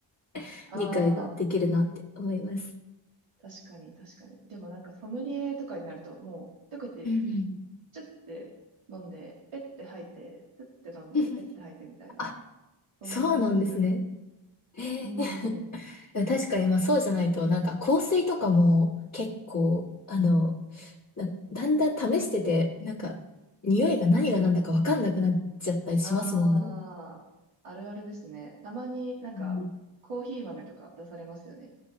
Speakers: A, on the left (about 35°); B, on the right (about 85°).
A: <laughs>
B: ああ、
A: 理解ができるなって思います。
B: 確かに、確かに。でもなんか、ソムリエとかになると、もう、一口、
A: うん
B: チュッて飲んで、ペッて吐いて、チュッて飲んで、
A: うん。<laughs>
B: ペッて吐いてみたいな、
A: あ、
B: そんな感じですよね。
A: そうなんですね。え
B: うーん。
A: ー確かに、まあそうじゃないと、なんか香水とかも結構、あの、なだんだん試してて、なんか、匂いが何が何だかわかんなくなっちゃったりしますもんね。
B: ああ、あるあるですね。たまになんか、
A: うん、
B: コーヒー豆とか出されますよね。